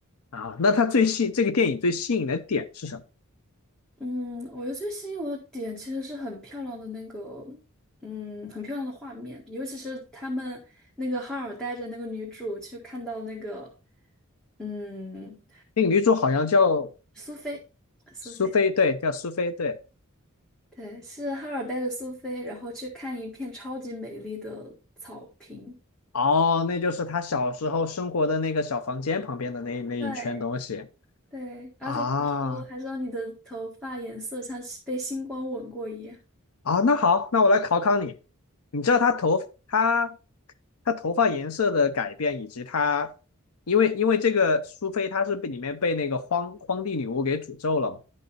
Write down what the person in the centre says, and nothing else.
嗯，我觉得最吸引我的点其实是很漂亮的那个，嗯，很漂亮的画面，尤其是他们那个哈尔带着那个女主去看到那个，嗯，
苏菲，苏菲，
对，是哈尔带着苏菲，然后去看一片超级美丽的草坪，
对对，而且还说还说你的头发颜色像被星光吻过一样，